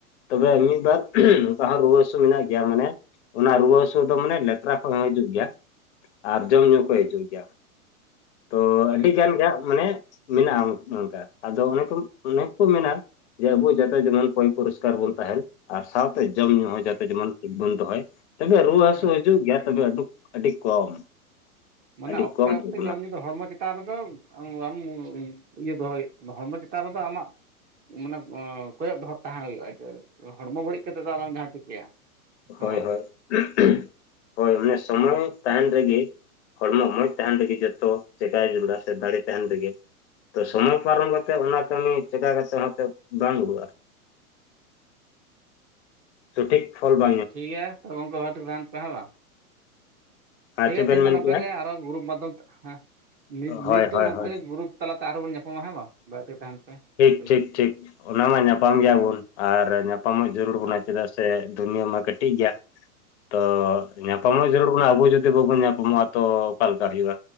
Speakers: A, on the left; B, on the right.
A: ᱛᱚᱵᱮ ᱢᱤᱫᱵᱟᱨ ᱚᱱᱠᱟ ᱦᱚᱸ ᱨᱩᱣᱟᱹ ᱦᱟᱥᱩ ᱢᱮᱱᱟᱜ ᱜᱮᱭᱟ᱾ ᱢᱟᱱᱮ ᱚᱱᱟ ᱨᱩᱣᱟᱹ ᱦᱟᱹᱥᱩ ᱫᱚ ᱢᱟᱱᱮ, ᱵᱮᱷᱛᱟᱸ ᱠᱷᱚᱱ ᱦᱚᱸ ᱦᱤᱡᱩᱜ ᱜᱮᱭᱟ ᱾ ᱟᱨ ᱡᱚᱢ ᱧᱩ ᱠᱚ ᱦᱤᱡᱩᱜ ᱜᱮᱭᱟ᱾ ᱛᱚ
B: ᱦᱮᱸ
A: ᱟᱹᱰᱤ ᱜᱟᱱ ᱜᱮ ᱢᱟᱱᱮ ᱢᱮᱱᱟᱜᱼᱟ᱾ ᱚᱱᱠᱟ ᱟᱫᱚ ᱚᱱᱮ ᱠᱚ ᱚᱱᱮ ᱠᱚ ᱢᱮᱱᱟ᱾ ᱡᱮ ᱟᱵᱚ ᱡᱟᱚᱛᱚ ᱡᱮᱢᱚᱱ, ᱯᱭ ᱯᱩᱨᱚᱥᱠᱟᱨ ᱵᱚᱱ ᱛᱟᱦᱮᱱ᱾ ᱟᱨ ᱥᱟᱶᱛᱮ ᱡᱚᱢ ᱧᱩᱸ ᱦᱚᱸ ᱡᱟᱛᱮ
B: ᱦᱮᱸ
A: ᱡᱮᱢᱚᱱ ᱴᱷᱤᱠ ᱵᱚᱱ ᱫᱚᱦᱚᱭ᱾ ᱛᱚᱵᱮ ᱨᱩᱣᱟᱹ ᱦᱟᱹᱥᱩ
B: ᱦᱳᱭ
A: ᱦᱤᱡᱩᱜ ᱜᱮᱭᱟ᱾ ᱛᱚᱵᱮ ᱟᱹᱰᱤ ᱠᱚᱢ᱾
B: ᱢᱟᱱᱮ
A: ᱟᱹᱰᱤ
B: ᱚᱠᱛᱮ,
A: ᱠᱚᱢ
B: ᱚᱠᱛᱮ
A: ᱛᱟᱵᱚᱱᱟ
B: ᱡᱚᱢ ᱧᱩᱩᱤ ᱫᱚ ᱦᱚᱲᱢᱚ ᱪᱮᱛ ᱪᱮᱛᱟᱱ ᱨᱮᱫᱚ ᱵᱟᱢ ᱤᱭᱟᱹ ᱫᱚᱦᱚᱭᱮᱫ ᱦᱚᱲᱢᱚ ᱪᱮᱛᱟᱱ ᱨᱮᱫᱚ ᱟᱢᱟᱜ ᱢᱟᱱᱮ ᱠᱚᱭᱚᱜ ᱫᱚᱦᱚᱸ ᱛᱟᱦᱮᱸ ᱦᱩᱭᱩᱜᱼᱟ᱾ ᱡᱮ ᱦᱚᱲᱢᱚ ᱵᱟᱹᱲᱤᱡ ᱠᱟᱛᱮᱮᱫ ᱫᱚ, ᱟᱞᱚᱢ ᱡᱟᱦᱟᱸ ᱪᱤᱠᱟᱹᱭᱟ᱾
A: ᱦᱳᱭ,
B: ᱦᱮᱸ ᱵᱟᱝ
A: ᱦᱳᱭ, ᱦᱳᱭ ᱚᱱᱮ ᱥᱚᱢᱚᱭ ᱛᱟᱦᱮᱱ ᱨᱮᱜᱮ᱾ ᱦᱚᱲᱢᱚ ᱢᱚᱸᱡᱷᱽ ᱛᱟᱦᱮᱱ ᱨᱮᱜᱮ ᱡᱚᱛᱚ, ᱪᱮᱟᱭ ᱡᱲᱟ ᱥᱮ ᱫᱟᱲᱮᱸ ᱛᱟᱦᱮᱱ ᱨᱮᱜᱮ᱾ ᱛᱚ ᱥᱚᱢᱚᱭ ᱯᱟᱨᱚᱢ ᱠᱟᱛᱮᱜ, ᱚᱱᱟ ᱠᱟᱹᱢᱤᱤ ᱪᱮᱠᱟ ᱠᱟᱛᱮ ᱦᱚᱸᱛᱚᱸ ᱵᱟᱝ ᱩᱰᱩᱠᱼᱟ? ᱥᱚᱴᱷᱤᱠ ᱯᱷᱚᱞ ᱵ
B: ᱴᱷᱤᱠ ᱜᱮᱭᱟ᱾ ᱛᱚᱵᱮ ᱚᱱᱠᱟ ᱵᱷᱽᱟᱵ ᱛᱮ ᱠᱚ ᱛᱟᱦᱮᱱ ᱯᱮ ᱦᱮᱸ ᱵᱟᱝ?
A: ᱟᱨ
B: ᱴᱷᱤᱠ ᱜᱮᱭᱟ
A: ᱪᱮᱫ
B: ᱛᱮᱸᱦᱮᱧ
A: ᱵᱮᱱ ᱢᱮᱱ
B: ᱫᱚᱸ ᱱᱚᱝᱠᱟ
A: ᱠᱮᱜᱼᱟ
B: ᱜᱮ᱾ ᱟᱨᱦᱚᱸ ᱜᱨᱩᱯ ᱢᱟᱫᱽᱫᱷᱚᱢ ᱛᱮ, ᱦᱮᱸ
A: ᱦᱳᱭ
B: ᱱᱤᱛ ᱫᱚ
A: ᱦᱳᱭ
B: ᱱᱚᱝᱠᱟᱟᱜ
A: ᱦᱳᱭ
B: ᱜᱮ ᱜᱨᱩᱯ ᱛᱟᱞᱟᱛᱮ ᱟᱨᱚᱸ ᱵᱚᱱ ᱧᱟᱯᱟᱢᱟ᱾ ᱦᱮᱸ ᱵᱟᱝ᱾ ᱵᱟᱹᱭᱛᱤ ᱛᱟᱦᱮᱱ ᱯᱮ᱾
A: ᱴᱷᱤᱠ,
B: ᱫᱮᱞᱟ᱾
A: ᱴᱷᱤᱠ, ᱴᱷᱤᱠ ᱚᱱᱟ ᱢᱟ ᱧᱟᱯᱟᱢ ᱜᱮᱭᱟᱵᱚᱱ ᱾ ᱟᱨ ᱧᱟᱯᱟᱢᱚ-ᱜ ᱡᱟᱹᱨᱩᱲ
B: ᱟᱨ
A: ᱵᱚᱱᱟ ᱾ᱪᱮᱫᱟᱜ ᱥᱮ ᱥᱮ ᱫᱩᱱᱭ ᱢᱟ ᱠᱟᱹᱴᱤᱡ ᱜᱮᱭᱟ᱾ ᱛᱚ ᱧᱟᱯᱟᱢ ᱦᱚᱸ ᱡᱟᱹᱨᱩᱲ ᱠᱟᱱᱟᱚ ᱟᱵᱚ ᱡᱩᱫᱤᱼᱼᱼ ᱵᱟᱵᱚᱱ ᱧᱟᱯᱟᱢᱚᱜᱼᱟ᱾ ᱛᱚ ᱚᱠᱟᱞᱠᱟ ᱦᱩᱭᱩᱜᱼᱟ᱾